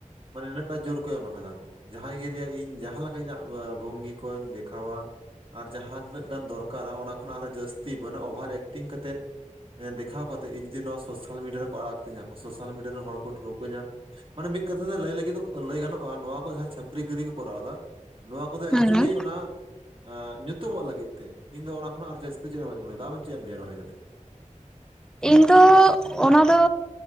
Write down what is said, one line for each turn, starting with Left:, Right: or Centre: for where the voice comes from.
Right: ᱢᱟᱱᱮ ᱱᱤᱱᱟᱹᱜ ᱴᱟ ᱡᱳᱨ ᱠᱚ ᱮᱢ ᱟᱠᱟᱫᱟ ᱠᱚ ᱡᱟᱦᱟᱸᱭ ᱜᱮ ᱞᱟᱹᱭᱟ ᱤᱧ ᱡᱟᱦᱟᱸ ᱤᱟᱹᱜ ᱵᱷᱚᱝᱜᱤ ᱠᱚᱧ ᱫᱮᱠᱷᱟᱣᱟ᱾ ᱟᱨ ᱡᱟᱦᱟᱸ ᱛᱤᱱᱟᱹᱜ ᱜᱟᱱ ᱫᱚᱨᱠᱟᱨᱟ ᱚᱱᱟ ᱠᱷᱚᱱᱟᱜ ᱟᱨᱦᱚᱸ ᱡᱟᱹᱥᱛᱤ ᱵᱟᱝ ᱚᱵᱷᱟᱨ ᱮᱠᱴᱤᱝ ᱠᱟᱛᱮᱫ ᱫᱮᱠᱷᱟᱣ ᱠᱟᱛᱮ ᱤᱧ ᱡᱩᱫᱤ ᱱᱚᱣᱟ ᱥᱳᱥᱟᱞ ᱢᱤᱰᱤᱭᱟ ᱨᱮᱠᱚ ᱟᱲᱟᱜ ᱛᱤᱧᱟᱹ ᱠᱚ ᱥᱳᱥᱟᱞ ᱢᱤᱰᱤᱭᱟ ᱨᱮᱱ ᱦᱚᱲ ᱠᱚ ᱴᱷᱟᱹᱣᱠᱟᱹᱧᱟ᱾ ᱢᱟᱱᱮ ᱢᱤᱫ ᱠᱟᱛᱷᱟ ᱛᱮ ᱞᱟᱹᱭ ᱞᱟᱹᱜᱤᱫ ᱫᱚᱜ ᱞᱟᱹᱭ ᱜᱟᱱᱚᱜᱼᱟ ᱱᱚᱣᱟ ᱠᱚ ᱡᱟᱦᱟᱸ ᱪᱷᱟᱹᱯᱨᱤ ᱜᱤᱨᱤ ᱠᱚ ᱠᱚᱨᱟᱣᱮᱫᱟ ᱱᱚᱣᱟ ᱠᱚᱫᱚ
Centre: ᱦᱩᱸ
Right: ᱮᱠᱪᱩᱭᱮᱞᱤ
Centre: ᱦᱩᱸ
Right: ᱚᱱᱟ ᱮᱸᱻ, ᱧᱩᱛᱩᱢᱚᱜ ᱞᱟᱹᱜᱤᱫ ᱛᱮ, ᱤᱧ ᱫᱚ ᱚᱱᱟ ᱠᱷᱚᱱᱟᱜ ᱟᱨ ᱡᱟᱹᱥᱛᱤ ᱪᱮᱫ ᱦᱚᱸ ᱵᱟᱹᱧ ᱢᱚᱱᱮᱭᱫᱟ᱾ ᱟᱢ ᱪᱮᱫ ᱮᱢ ᱞᱟᱹᱭᱟ ᱱᱚᱣᱟ ᱤᱫᱤ ᱠᱟᱛᱮᱫ?
Centre: ᱤᱧ ᱫᱚ ᱚᱱᱟ ᱫᱚ